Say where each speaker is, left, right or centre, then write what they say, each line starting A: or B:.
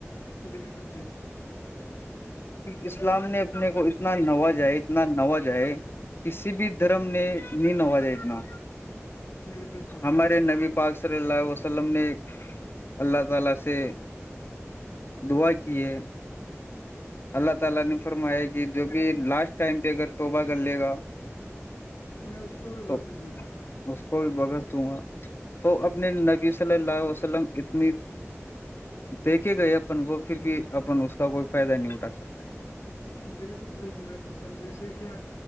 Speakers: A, on the left; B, on the left.
A: بالکل صحیح
B: اسلام نے اپنے کو اتنا نوازا ہے اتنا نواز جائے کسی بھی دھرم نے نہیں نوجا اتنا
A: بالکل صحیح
B: ہمارے نبی پاک صلی اللہ وسلم نے اللہ تعالی سے دعا کی ہیے اللہ تعالا نے فرمایا کہ جو بھی لاسٹ ٹائم پہ اگر توبہ کر لے گا
A: میں اس کو بھی
B: تو
A: بخش دوں گا
B: اس کو بھی بخش دوں گا تو اپنے نبی صلی اللہ ع وسلم اتنی
A: پلیس
B: دیکھے گئے اپن کو پھر بھی اپن اس کا کوئی فائدہ نہیں اٹھا سکتے
A: بالکل صحیح بھائی جیسے کہ